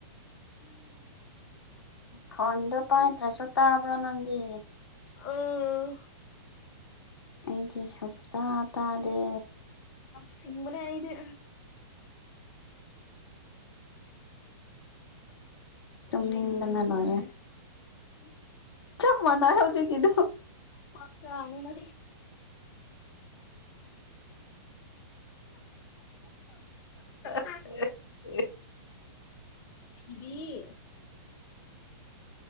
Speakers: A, on the left (about 80°); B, on the left (about 35°).
A: ꯈꯣꯟꯗꯣ ꯄꯥꯏ ꯇ꯭ꯔꯥꯏꯁꯨ ꯇꯥꯕ꯭ꯔꯣ ꯅꯪꯗꯤ
B: ꯑꯥ
A: ꯑꯩꯗꯤ ꯁꯨꯞꯇ ꯇꯥꯔꯦ
B: ꯁꯤꯃꯔ ꯑꯏꯩꯅ ꯇꯨꯝꯅꯤꯡꯕꯅ
A: ꯇꯅꯂꯣꯔꯦ
B: ꯂꯣꯏꯔꯦ
A: ꯆꯞ ꯃꯥꯟꯅꯩ ꯍꯧꯖꯤꯛꯀꯤꯗꯨ
B: ꯄꯥꯛꯀ ꯑꯅꯤ ꯃꯥ <inaudible> <inaudible>
A: ꯑ
B: ꯁꯤꯚ